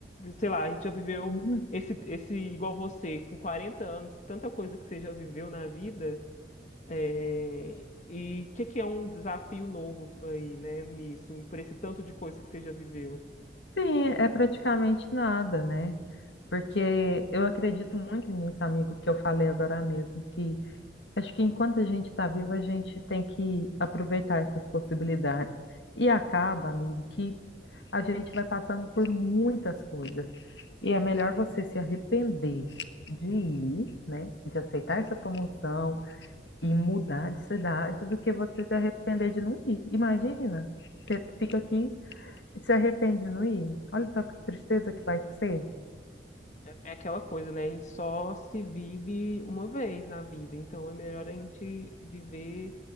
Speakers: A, on the left; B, on the left.
A: sei lá, a gente já viveu
B: Sim,
A: esse, esse igual você, com 40 anos, tanta coisa que você já viveu na vida, é, e o que, que é um desafio novo aí, né, nisso, por esse tanto de coisa que você já viveu?
B: Sim, é praticamente nada, né? Porque eu acredito muito nisso, amigo, que eu falei agora mesmo, que Acho que enquanto a gente está vivo, a gente tem que aproveitar essas possibilidades. E acaba, amigo, que a gente vai passando por muitas coisas. E é melhor você se arrepender de ir, né, de aceitar essa promoção e mudar de cidade do que você se arrepender de não ir. Imagina, você fica aqui e se arrepende de não ir. Olha só que tristeza que vai ser.
A: É, é aquela coisa, né, a gente só se vive uma vez na vida, então é melhor a gente viver